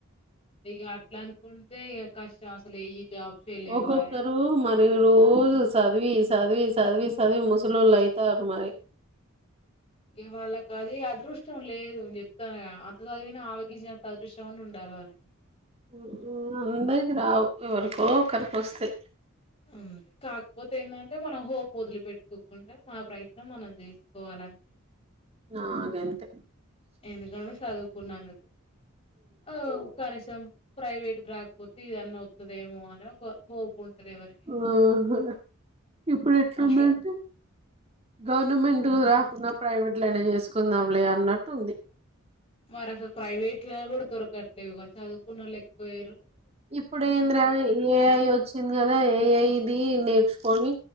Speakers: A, on the left; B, on the right.
A: ఇక అట్లా అనుకుంటే కష్ట రాసులేయి జాబ్స్ లేెవాయ
B: ఒక్కొక్కరు మరి రోజు సదివి సదివి సదివి సదివి ముసలోలూ లైతారూ మరి
A: ఇవాళ్ళకి అది అదృష్టం లేదు చెప్తాను అంత చదివినా ఆవగించంత అదృష్టం అయినా ఉండాల వాళ్ళకి
B: హమ్ అందరికి రావు ఎవరికో ఒకరికి వస్తాయి
A: అంతే కాకపోతే ఏంటంటే మనం హోపు వదిలి పెట్టుకోకుండా మానా ప్రయత్నం మనం చేసుకోవాలంతే
B: ఆ గంతే
A: ఎందుకామే సాదు కునందుకు హమ్ కనీసం ప్రైవేట్ రాకపోతే ఇదన్న వుతదేమో అన్న ఒక హోప్ ఉంటది ఎవరికైనా
B: ఓహో ఇప్పుడు ఎట్లుందంటే
A: మా ఫ్రెండ్
B: గవర్నమెంట్ రాకున్నా ప్రైవేట్ లయినా చేసుకుందాంలే అన్నట్టు ఉంది
A: మరి అసలు ప్రైవేట్ లా కూడా దొరకట్లేదు చదువుకున్నోళ్లు ఎక్కువై
B: ఇప్పుడు ఏంద్రా ఏఐ వచ్చింది ఏఐ ఇది నేర్చుకొని